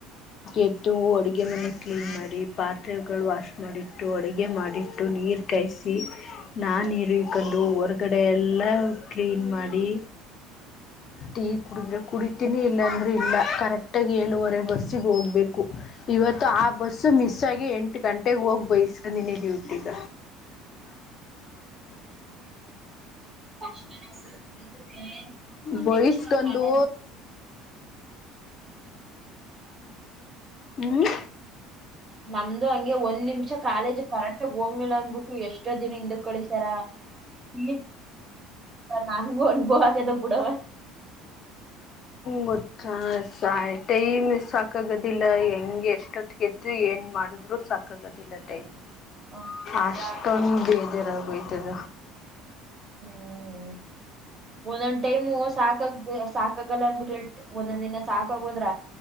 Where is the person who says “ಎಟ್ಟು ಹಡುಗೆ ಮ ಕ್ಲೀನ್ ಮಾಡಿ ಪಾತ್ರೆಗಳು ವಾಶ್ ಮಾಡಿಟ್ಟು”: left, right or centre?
Left